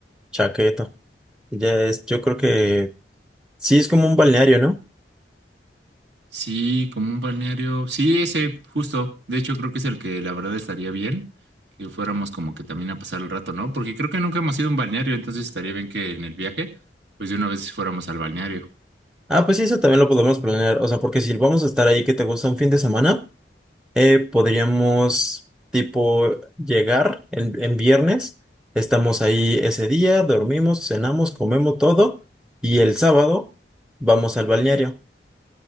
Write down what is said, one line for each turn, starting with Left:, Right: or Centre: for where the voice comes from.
Centre: chaqueto. Ya es, yo creo que sí es como un balneario, ¿no?
Right: sí, como un balneario. Sí, ese, justo. De hecho, creo que es el que la verdad estaría bien que fuéramos como que también a pasar el rato, ¿no? Porque creo que nunca hemos ido a un balneario, entonces estaría bien que en el viaje, pues de una vez fuéramos al balneario.
Centre: Ah, pues sí, eso también lo podemos planear. O sea, porque si vamos a estar ahí que te gusta un fin de semana, eh, podríamos tipo llegar en, en viernes, estamos ahí ese día, dormimos, cenamos, comemos todo y el sábado vamos al balneario.